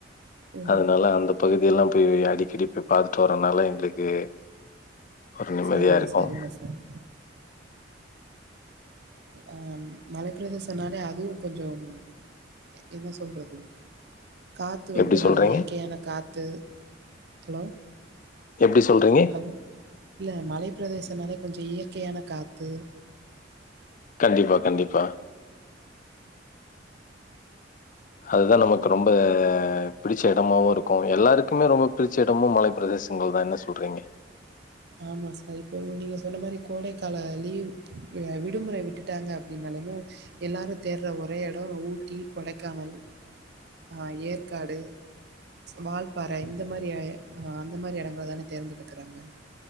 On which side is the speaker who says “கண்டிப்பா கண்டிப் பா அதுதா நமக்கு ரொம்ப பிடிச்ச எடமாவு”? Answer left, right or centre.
Left